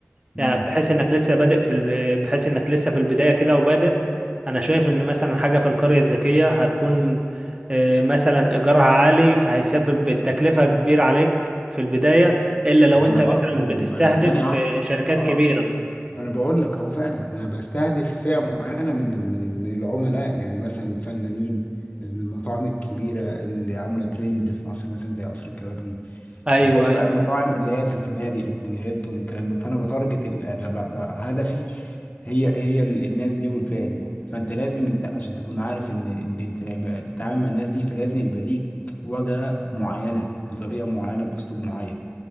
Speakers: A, on the left (about 40°); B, on the right (about 20°).
A: مم.
B: يعني بحيث انك لسه بادئ في ال... بحيث انك لسه في البداية كده وبادئ انا شايف ان مثلا حاجة في القرية الذكية هتكون آه، مثلا ايجارها عالي فهيسبب تكلفة كبيرة عليك في البداية الا لو
A: ما
B: انت
A: أنا برضو
B: مثلا بتستهدف
A: ما أنا ثانية واحدة
B: آه، شركات
A: آه
B: كبيرة
A: ما انا بقول لك اهو فعلا انا بستهدف فئه معينه من ال- من ال- من العملاء يعني مثلا الفنانين المطاعم الكبيره اللي عامله ترند في مصر مثلا زي قصر الكبابجي
B: ايوه
A: زي
B: ايوه
A: بقى المطاعم اللي هي في الفنادق الهيلتون والكلام ده فانا بتارجت ال- انا ب- ب- هدفي هي هي ال- الناس دي والفئه دي فانت لازم انت عشان تكون عارف ان ان انت بقى تتعامل مع الناس دي فلازم يبقى ليك واجهه معينه بطريقه معينه باسلوب معين